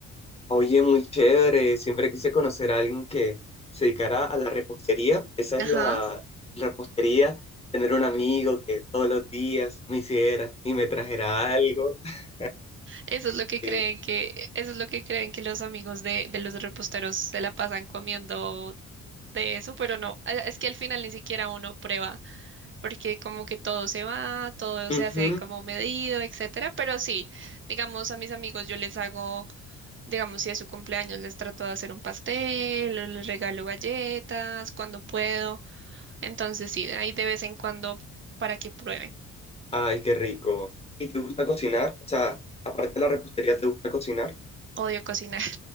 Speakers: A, on the left; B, on the right.
A: Oye, muy chévere. Siempre quise conocer a alguien que se dedicara a la repostería. Esa
B: Ajá,
A: es la la repostería. Tener un amigo que todos los días me hiciera y me trajera algo. <laughs>
B: eso es lo que creen
A: Sí.
B: que, eso es lo que creen que los amigos de, de los reposteros se la pasan comiendo de eso, pero no, a- es que al final ni siquiera uno prueba, porque como que todo se va, todo
A: Ujú.
B: se hace como medido, etcétera, pero sí, digamos a mis amigos yo les hago Digamos, si es su cumpleaños, les trato de hacer un pastel, o les regalo galletas cuando puedo. Entonces, sí, ahí de vez en cuando para que prueben.
A: Ay, qué rico. ¿Y te gusta cocinar? O sea, aparte de la repostería, ¿te gusta cocinar?
B: Odio cocinar, <laughs>